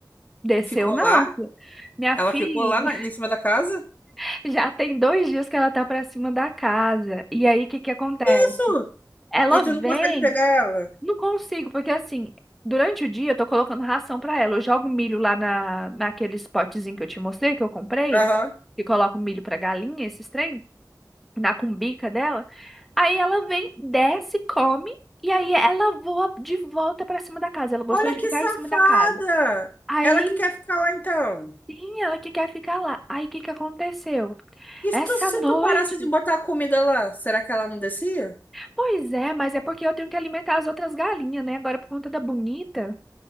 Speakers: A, in the centre; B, on the left (about 20°).
A: Desceu
B: Ficou
A: não.
B: lá?
A: filha. Minha
B: Ela
A: filha,
B: ficou lá na, em cima da casa?
A: <laughs> já tem dois dias que ela tá pra cima da casa. E aí, o que que acontece?
B: Isso!
A: Ela
B: E tu
A: vem,
B: não consegue pegar ela?
A: não consigo, porque assim, durante o dia eu tô colocando ração pra ela. Eu jogo milho lá na, naqueles potezinho que eu te mostrei, que eu comprei,
B: Aham.
A: que coloco milho pra galinha, esses trem, na cumbica dela. Aí ela vem, desce, come, e aí ela voa de volta pra cima da casa. Ela gostou
B: Olha
A: de
B: que
A: ficar
B: safada!
A: em cima da casa. Aí
B: Ela que quer ficar lá então.
A: Sim, ela que quer ficar lá. Aí o que que aconteceu?
B: E
A: Essa
B: se tu,
A: noite.
B: se tu parasse de botar a comida lá, será que ela não descia?
A: Pois é, mas é porque eu tenho que alimentar as outras galinhas, né? Agora, por conta da bonita,